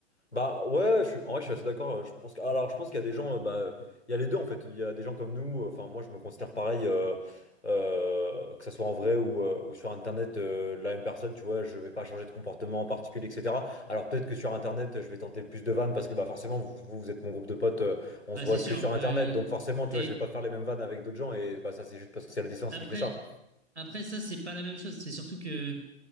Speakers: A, on the left (about 80°); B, on the right (about 80°).
A: Bah ouais, je suis, en vrai, je suis assez d'accord. euh, Je pense que, alors, je pense qu'il y a des gens, euh, bah, euh, il y a les deux en fait. Il y a des gens comme nous. euh, Enfin, moi, je me considère pareil, euh, euh, que ça soit en vrai ou, euh, ou sur Internet, euh, la même personne. Tu vois, je vais pas changer de comportement en particulier, etc. Alors peut-être que sur Internet, je vais tenter plus de vannes parce que bah forcément, vous, vous vous êtes mon groupe de potes. euh, on
B: Ah,
A: se voit
B: c'est
A: que
B: sûr
A: sur
B: que
A: Internet, donc forcément, tu
B: t'es-
A: vois, je vais pas faire les mêmes vannes avec d'autres gens et bah ça, c'est juste parce que c'est la distance
B: après,
A: qui fait ça.
B: après ça, c'est pas la même chose. C'est surtout que,